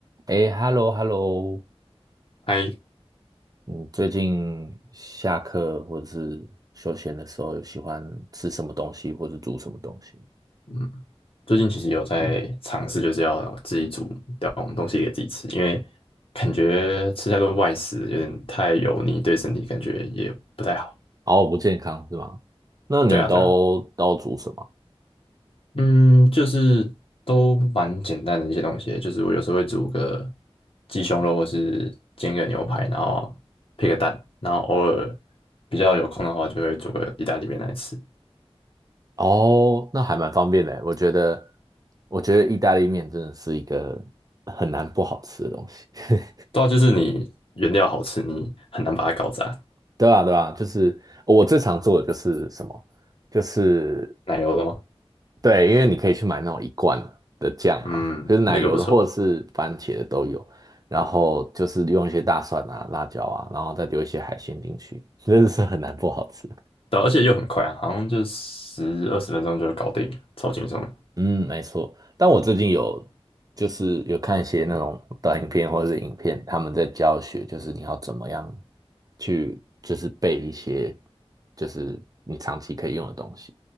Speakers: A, on the right (about 35°); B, on the left (about 60°).
A: 哎，hello，hello，
B: 还
A: 你最近下课或者是休闲的时候，有喜欢吃什么东西，或者煮什么东西？
B: 嗯，最近其实有在尝试，就是要自己煮点东西给自己吃，因为感觉吃太多外食有点太油腻，对身体感觉也不太好。
A: 哦，不健康是吗？那你都都煮什么？
B: 对啊，对啊，嗯，就是都蛮简单的一些东西，就是我有时候会煮个鸡胸肉，或是煎个牛排，然后配个蛋，然后偶尔比较有空的话，就会煮个意大利面来吃。
A: 哦，那还蛮方便的欸。我觉得，我觉得意大利面真的是一个很难不好吃的东西。<laughs>
B: 对啊，就是你原料好吃，你很难把它搞砸。
A: 对啊，对啊，就是我最常做的就是什么，就是
B: 奶油的吗？
A: 对，因为你可以去买那种一罐的酱嘛，
B: 嗯，
A: 就是奶油的或者是番茄的都有，
B: 那个不错。
A: 然后就是用一些大蒜啊、辣椒啊，然后再丢一些海鲜进去，<laughs> 真的是很难不好吃。
B: 对啊而且又很快啊，好像就十二十分钟就搞定，超轻松的。
A: 嗯，没错。但我最近有就是有看一些那种短影片或者是影片，他们在教学，就是你要怎么样去就是背一些就是你长期可以用的东西。